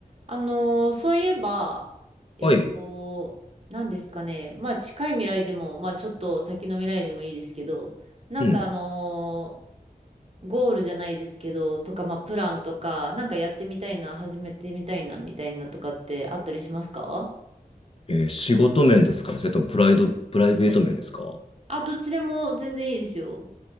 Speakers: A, on the right; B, on the left.
A: あのーそういえば、えっと、
B: はい。
A: 何ですかね。まあ近い未来でも、まあちょっと先の未来でもいいですけど、なんかあのー
B: うん。
A: ゴールじゃないですけど、とか、まあプランとか、なんかやってみたいな、始めてみたいな、みたいなとかってあったりしますか
B: えー仕事面ですかそれともプライド、プライベート面ですか
A: あ、どっちでも全然いいですよ。